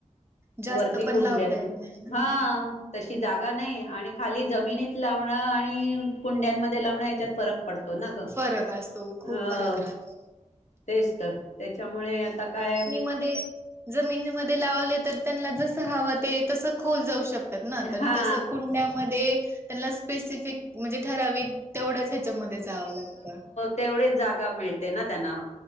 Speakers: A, on the right; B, on the left.
A: जास्त
B: वरती कुंड्यात
A: पण लावता
B: ना
A: येत नाही
B: हा. तशी जागा नाही आणि खाली जमिनीत लावणं आणि कुंड्यांमध्ये लावणं ह्याच्यात फरक पडतो ना ग
A: फरक असतो खूप
B: अ.
A: फरक राहतो.
B: तेच तर त्याच्यामुळे आता काय
A: मध्ये जमिनीमध्ये लावले तर त्यांना जस हवं ते तसं खोल जाऊ शकत तर
B: हा
A: तस कुंड्यामध्ये त्यांना स्पेसिफिक म्हणजे ठराव तेवढंच ह्याच्यामध्ये जावं लागतं
B: तेवढेच जागा मिळते ना त्यांना